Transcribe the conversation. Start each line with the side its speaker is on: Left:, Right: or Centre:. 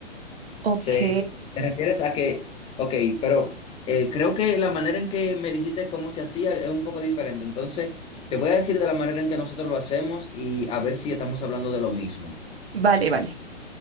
Right: Ok,
Left: Se, ¿te refieres a que, ok, pero eh, creo que la manera en que me dijiste cómo se hacía es un poco diferente. Entonces, te voy a decir de la manera en que nosotros lo hacemos y a ver si estamos hablando de lo mismo.
Right: vale, vale.